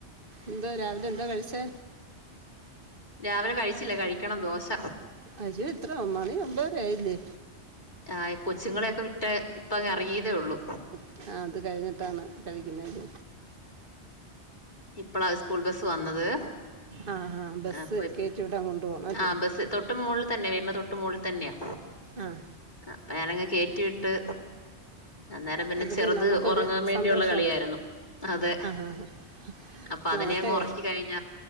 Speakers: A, on the right (about 50°); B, on the left (about 40°).
A: ന്തോ രാവിലെ ന്താ കഴിച്ചേ?
B: രാവിലെ കഴിച്ചില്ല. കഴിക്കണം ദോശ!
A: അശു ഇത്ര മണി ഒമ്പതരയില്ലേ?
B: ആഹ്, കൊച്ചുങ്ങളെയൊക്കെ വിട് ഇപ്പ അങ്ങ് ഇറങ്ങിയതേ ഉള്ളൂ?
A: ആഹ്, അത് കഴിഞ്ഞിട്ടാണ് കഴിക്കുന്നെല്ല?
B: ഇപ്പളാ സ്കൂൾ ബസ് വന്നത്?
A: ആഹ്, ആഹ ബസ്
B: ആ, അപ്പൊ ഇപ്-
A: കേറ്റ വിടാൻ കൊണ്ടു പോണം. അല്ലെ
B: ആ ബസ് തൊട്ട് മോളിൽ തന്നെ. വരുന്ന തൊട്ട് മോളിൽ തന്നെയാ...
A: ആഹ്
B: അപ്പൊ, ഞാനങ്ങ് കേറ്റി വിട്ട്. അന്നേരം പിന്നെ
A: അതിൽ
B: ചെറുത്
A: നമുക്കൊരു
B: ഉറങ്ങാൻ വേണ്ടിയുള്ള
A: സന്തോഷം
B: കളിയായിരുന്നു. അതെ
A: <inaudible>
B: അപ്പൊ, അതിനെ
A: നമുക്ക്
B: അങ്ങ് ഒറക്കി കഴിഞ്ഞ